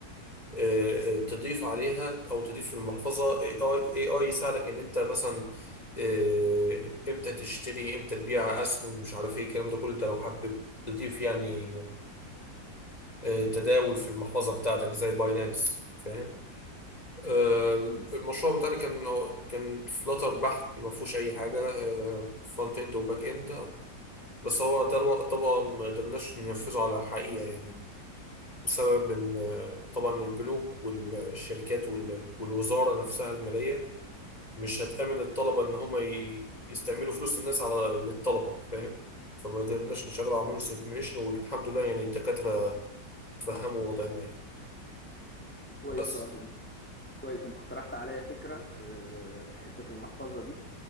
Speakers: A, on the left; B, in the centre.
A: آه، آه، تضيف عليها او تضيف في المحفظه اي اي AI يساعدك ان انت مثلا آه، امتى تشتري امتى تبيع اسهم مش عارف ايه الكلام ده كله انت لو حابب تضيف يعني آه، تداول في المحفظه بتاعتك زي باينانس فاهم آه، المشروع بتاعنا كان كان فلاتر بحت ما فيهوش اي حاجه فرونت اند وباك اند بس هو طبعا طبعاً ما قدرناش ننفذه على الحقيقه يعني بسبب ال- طبعا البنوك والشركات وال- والوزارة نفسها المالية مش هتأمن الطلبة إن هم ي- يستعملوا فلوس الناس على للطلبة فاهم فما قدرناش نشغل عملنا سيميوليشن والحمد لله يعني الدكاترة فهموا وضعنا يعني
B: كويس
A: بس
B: برضه كويس انت اقترحت عليا فكره آه، حته المحفظه دي